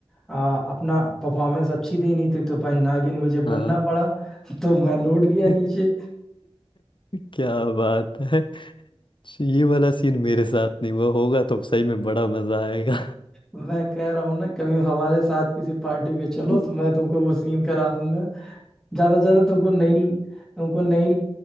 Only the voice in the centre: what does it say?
आ, अपना परफॉर्मेंस अच्छी देनी थी तो भाई नागिन मुझे
बनना पड़ा <laughs> तो मैं लौट गया
नीचे
मैं कह रहा हूँ ना कभी हमारे साथ किसी पार्टी में चलो
तो मैं तुमको वो सीन करा दूंगा ज्यादा से ज्यादा तुमको नई तुमको नई